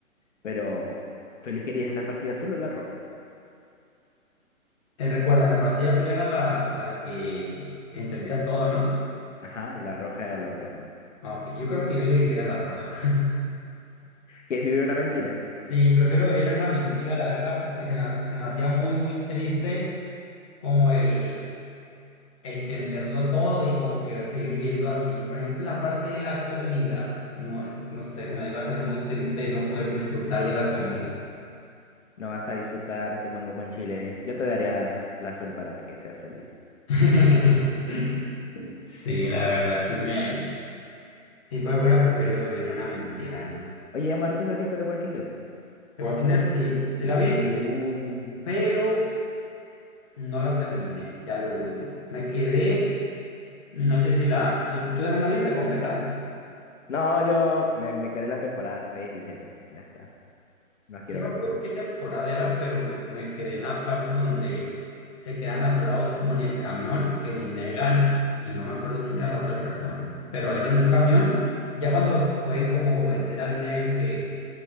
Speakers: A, on the left; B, on the left.
A: pero tú elegirías la pastilla azul o la roja.
B: Eh, Recuerda, la pastilla azul era la, la que entendías todo, ¿no?
A: Ajá, y la roja era la otra.
B: Ah, Ok, yo creo que yo elegiría la roja. <laughs>
A: Que es vivir una mentira.
B: Sí, prefiero vivir en una mentira, la verdad, porque se me, se me hacía muy, muy triste como el, entenderlo todo y como que seguir viviendo así. Por ejemplo, la parte de la comida, no, eh, no sé, se me iba a hacer muy triste de no poder disfrutar ya la comida.
A: No vas a disfrutar tu mango con chile. Yo te daría la azul para que seas feliz.
B: <laughs> Sí, la verdad, sí me, sí me hubiera preferido vivir en una mentira, ¿no?
A: Oye, Amar, ¿tú has visto The Walking Dead?
B: The Walking Dead, sí, sí
A: Sí.
B: la vi,
A: Uh.
B: pero no la terminé, ya lo último. Me quedé, no sé si la, si la- tú también la viste completa.
A: No, yo me, me quedé en la temporada seis dije, ya está, no quiero
B: Yo me
A: ver
B: acuerdo
A: más.
B: qué temporada era, pero me quedé en la parte donde se quedan atorados como en el camión, el Negan, y no me acuerdo quién era la otra persona, pero eran un camión, ya cuando pueden como vencer al Negan que,